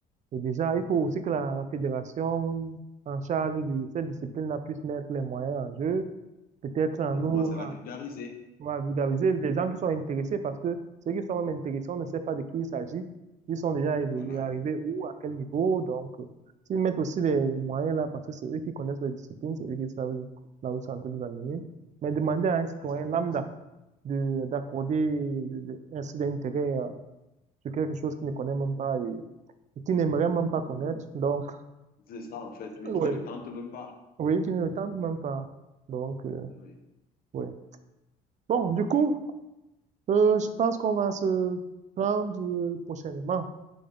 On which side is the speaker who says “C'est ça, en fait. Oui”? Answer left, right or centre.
Left